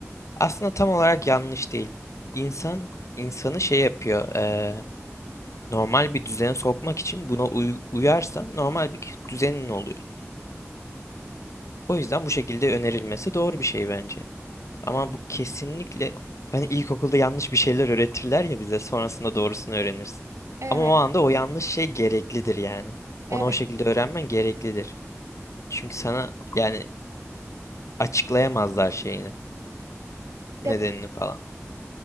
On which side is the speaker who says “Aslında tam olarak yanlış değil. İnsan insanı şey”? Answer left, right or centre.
Left